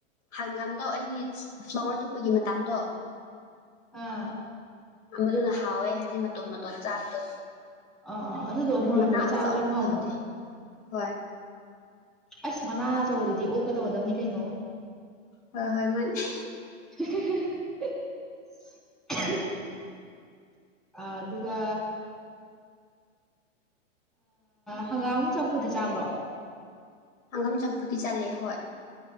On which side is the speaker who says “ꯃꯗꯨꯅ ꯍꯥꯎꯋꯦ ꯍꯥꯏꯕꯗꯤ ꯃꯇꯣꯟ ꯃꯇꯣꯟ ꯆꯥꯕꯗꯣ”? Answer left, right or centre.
Left